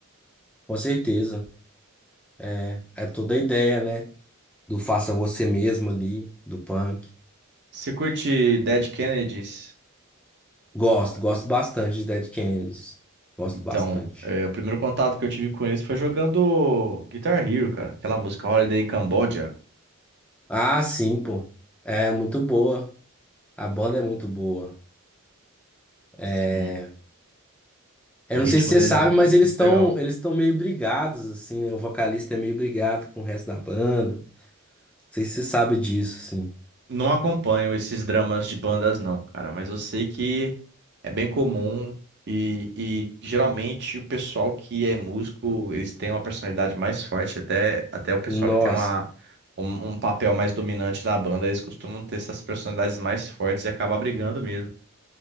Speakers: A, in the centre; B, on the right (about 50°).
A: Com certeza. É, é toda a ideia, né? Do faça você mesmo ali, do punk.
B: Você curte Dead Kennedys?
A: Gosto, gosto bastante de Dead Kennedys. Gosto
B: Então,
A: bastante.
B: é, o primeiro contato que eu tive com eles foi jogando Guitar Hero, cara. Aquela música Holiday in Cambodia.
A: Ah, sim, pô. É muito boa. A banda é muito boa. É...
B: Sim. O
A: Eu
B: ritmo
A: não sei se você
B: deles
A: sabe,
B: é muito,
A: mas eles
B: é muito
A: estão
B: legal.
A: eles estão meio brigados, assim, né? O vocalista é meio brigado com o resto da banda. Não sei se você sabe disso, assim.
B: Não acompanho esses dramas de bandas, não, cara, mas eu sei que é bem comum e, e geralmente o pessoal que é músico, eles têm uma personalidade mais forte, até, até o pessoal
A: Nossa.
B: que tem uma, um, um papel mais dominante na banda, eles costumam ter essas personalidades mais fortes e acaba brigando mesmo.